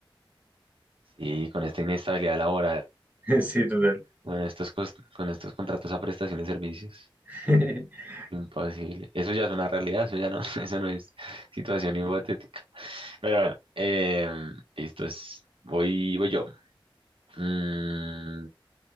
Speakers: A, on the right; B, on the right.
A: Sí, con esta inestabilidad laboral,
B: <laughs> Sí, total.
A: bueno, estos cos- con estos contratos a prestación de servicios,
B: <laughs>
A: imposible. Eso ya es una realidad, eso ya no, <laughs> eso no es situación hipotética. Pero bueno, em, listo, es- voy, voy yo. Mm,